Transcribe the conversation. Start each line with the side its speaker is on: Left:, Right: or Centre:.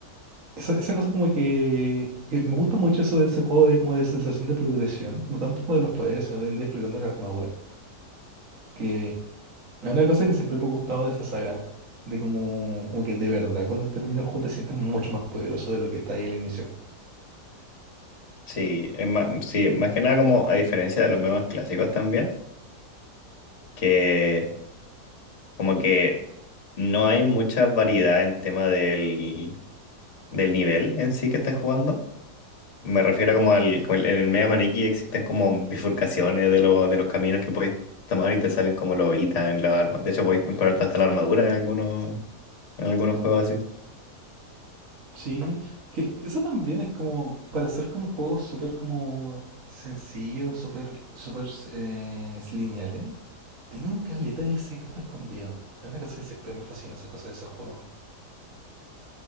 Right: esa, esa cosa como que... que Me gusta mucho eso de ese juego de como de sensación de progresión, no tanto como de los poderes, sino del desbloqueando la armadura. que Es Una cosa que siempre me ha gustado de esa saga, de como, como que de verdad, cuando termina el juego te sientes mucho más poderoso de lo que está ahí al inicio.
Left: Sí, es ma- sí, más que nada como a diferencia de los Mega Man clásicos también, que como que no hay mucha variedad en tema del del nivel en sí que estás jugando. Me refiero como al, como el- en el Mega Maniki existen como bifurcaciones de, lo- de los caminos que podéis tomar y te salen como los ítems, las armas. De hecho, podéis encontrarte hasta la armadura en algunos, en algunos juegos así.
Right: Sí, que eso también es como para hacer como juegos súper como sencillos, súper súper eh, lineales. Tienen caleta de secreto escondido. Es una cosa que siempre me fascina esa cosa de ese juego.